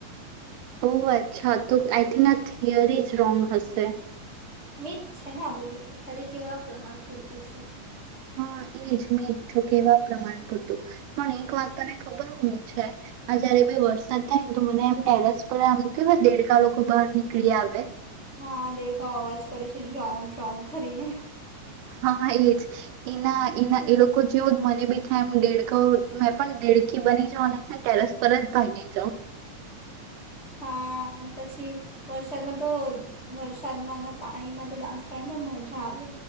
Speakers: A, on the right; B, on the left.
A: ઓ અચ્છા તો આઈ થિંક આ થિયરી જ રોંગ હશે
B: મીટ છે ને આ બધું તો ખાલી કેવા પ્રમાણ પૂરતું છે
A: હા એજ મેં એક તો કેવા પ્રમાણે પૂરતું પણ એક વાત તને ખબર હું છે આ જયારે વરસાદ થાય ને તો મને એમ ટેરસ પર આમ કેવા દેડકાા લોકો બહાર નીકળી આવે
B: હા દેડકાઓ અવાજ કરે છે રાઉન્ડ રાઉન્ડ કરીને
A: હા એજ એના એના એ લોકો જેવું મને બી થાય એમ દેળખ મેં પણ દેડખી બની જાાવ અને ટેરસ પર જ ભાગી જાાવ
B: હા પછી વરસાદમાં તો વરસાદમાં ના પાણીમાં તો ડાન્સ કરવાની પણ મજા આવે